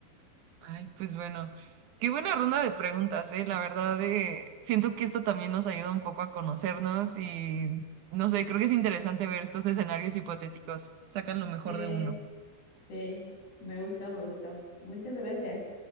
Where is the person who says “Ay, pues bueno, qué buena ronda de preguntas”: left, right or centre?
Right